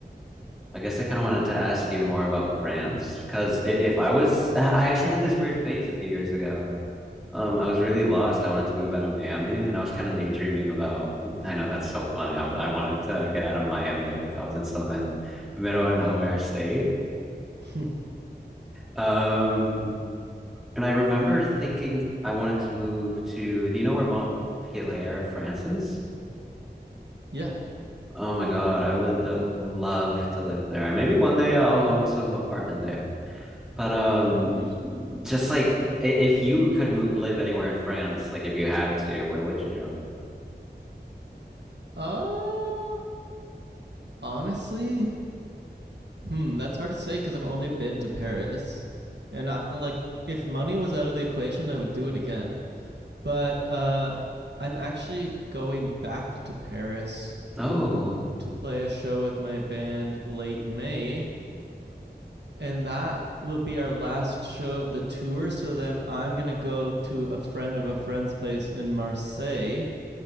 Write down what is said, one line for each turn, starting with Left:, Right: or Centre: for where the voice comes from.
Centre: I guess I kind of wanted to ask you more about France, because if I was, I actually had this weird phase a few years ago. Um, I was really lost. I wanted to move out of Miami, and I was kind of daydreaming about. <laughs> I know that's so funny. I, I wanted to get out of Miami, like I was in some middle of nowhere state.
Right: <laughs>
Centre: Um, And I remember thinking I wanted to move to, do you know where Montpellier, France is?
Right: yeah.
Centre: Oh my God, I would have loved to live there. Maybe one day I'll own some apartment there. But um,
Right: You-
Centre: just like i- if you could mo live anywhere in France, like if you had to, where would you?
Right: Uh honestly, hmm, that's hard to say cuz I've only been to Paris and I like if money was out of the equation, I would do it again. But uh I'm actually going back to Paris
Centre: Oh,
Right: to play a show with my band late May and that will be our last show of the tour. So then I'm gonna go to a friend of a friend's place in Marseille,